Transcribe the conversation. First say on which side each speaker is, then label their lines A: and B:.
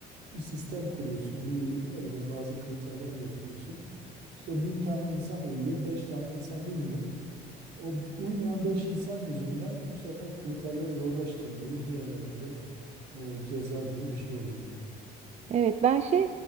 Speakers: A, on the right (about 80°); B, on the right (about 40°).
A: bir sistem kuruyorsun, bir ne bileyim bazı kriterler getiriyorsun. İşte bin tane insan uyuyor, beş tane insan uymuyor. O uymayan beş insan yüzünden bu sefer kriterler zorlaştırılıyor. Diğerlerine de e, ceza gibi bir şey oluyor.
B: Evet ben şey